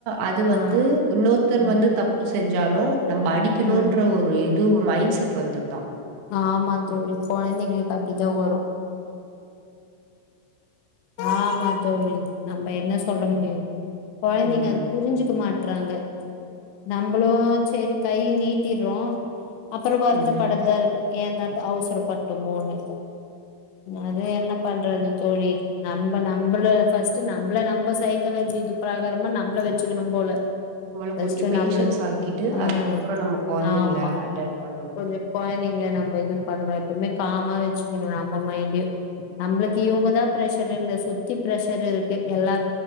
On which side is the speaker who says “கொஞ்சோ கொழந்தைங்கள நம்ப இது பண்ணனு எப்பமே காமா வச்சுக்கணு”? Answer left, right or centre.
Left